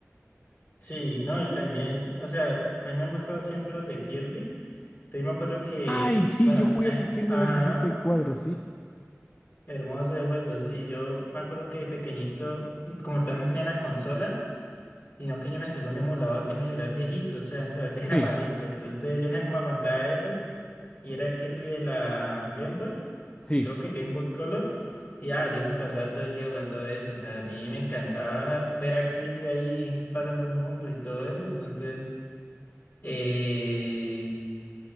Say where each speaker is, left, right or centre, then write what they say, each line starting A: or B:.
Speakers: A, on the left; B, on the left.
A: Sí, no, y también, o sea, a mí me han gustado siempre los de Kirby. Entonces me acuerdo que,
B: Ay, sí,
A: bueno,
B: yo jugué
A: eh,
B: el Kirby
A: ajá,
B: en el sesenta y cuatro
A: hermoso de juego, sí, yo me acuerdo que de pequeñito, mm, como tal no tenía la consola, sino que yo me descargué un emulador en mi celular viejito, o sea, mi celular <laughs> era
B: Sí,
A: malito, entonces yo no sé cómo aguantaba eso, y era el Kirby de la Game Boy,
B: sí,
A: y creo que Game Boy Color, y ah, yo me pasaba todo el día jugando eso, o sea, a mí me encantaba ver a Kirby ahí pasando mundos y todo eso, entonces... Eh,